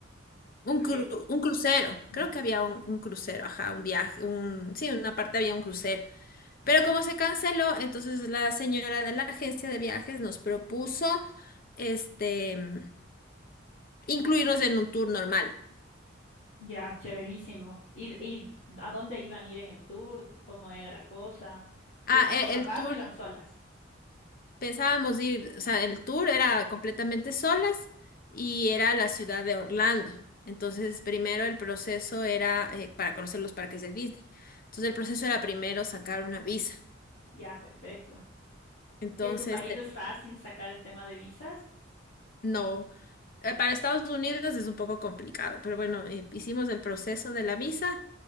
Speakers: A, on the left; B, on the left.
A: un,
B: paquete.
A: cru- un crucero.
B: Mm.
A: Creo que había un, un crucero, ajá, un viaje, un, sí, una parte había un crucero. Pero como se canceló, entonces la señora de la agencia de viajes nos propuso este incluirlos en un tour normal.
B: Ya, chéverísimo. ¿Y, y a dónde iban a ir en el tour? ¿Cómo era la cosa? ¿Se
A: Ah,
B: iban
A: e-
B: con papás
A: el, tour,
B: o iban solas?
A: pensábamos ir, o sea, el tour era completamente solas y era la ciudad de Orlando. Entonces, primero el proceso era eh, para conocer los parques de Disney. Entonces, el proceso era primero sacar una visa.
B: Ya, perfecto.
A: Entonces,
B: ¿Y en tu país es fácil sacar el tema de visas?
A: No, eh, para Estados Unidos es un poco complicado, pero bueno, eh, hicimos el proceso
B: Me imagino.
A: de la visa